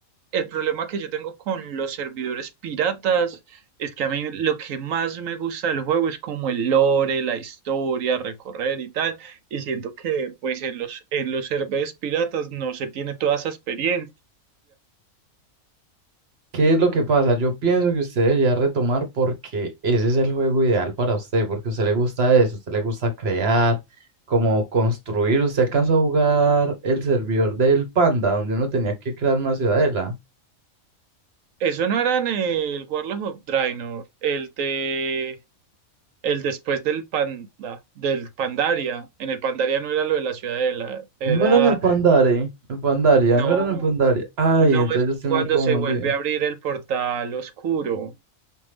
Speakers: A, on the right; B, on the right.
A: El problema que yo tengo con los servidores piratas es que a mí lo que más me gusta del juego es como el lore, la historia, recorrer y tal. Y siento que pues en los, en los servidores piratas no se tiene toda esa experiencia.
B: ¿Qué es lo que pasa? Yo pienso que usted debería retomar porque ese es el juego ideal para usted, porque a usted le gusta eso, a usted le gusta crear, como construir. Usted alcanzó a jugar el servidor del Panda, donde uno tenía que crear una ciudadela.
A: Eso no era en el Warlock of Draenor, el de el después del Panda, del Pandaria. En el Pandaria no era lo de la ciudadela, era
B: No era en el Pandare, el Pandaria,
A: no,
B: no era en el Pandaria. Ay,
A: no
B: entonces
A: es
B: yo estoy
A: cuando
B: muy confundido.
A: se vuelve a abrir el portal oscuro.